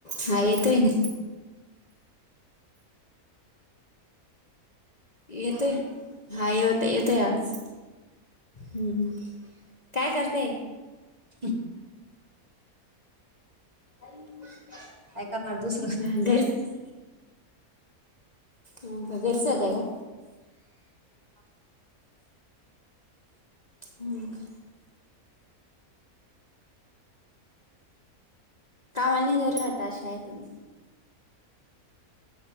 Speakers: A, on the left (about 35°); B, on the right (about 30°).
A: हा येतोय ना येतेय हा ये होता येत आज हम् काय करते
B: हम
A: का
B: काय करणार दुसरं
A: अग ह का बेलसद्या का ह का कामाां जो येता अशा आहे तुम